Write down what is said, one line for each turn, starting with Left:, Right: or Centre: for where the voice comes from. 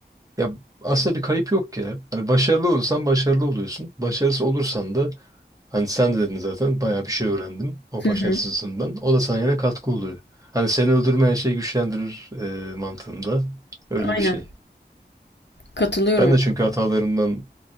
Right: Ya aslında bir kayıp yok ya. Hani başarılı olursan başarılı oluyorsun. Başarısız olursan da hani sen de dedin zaten bayağı bir şey öğrendim o
Left: hı
Right: başarısızlığından.
Left: hı.
Right: O da sana yine katkı oluyor. Hani seni öldürmeyen şey güçlendirir e, mantığında. Öyle
Left: Aynen.
Right: bir şey.
Left: Katılıyorum.
Right: Ben de çünkü hatalarımdan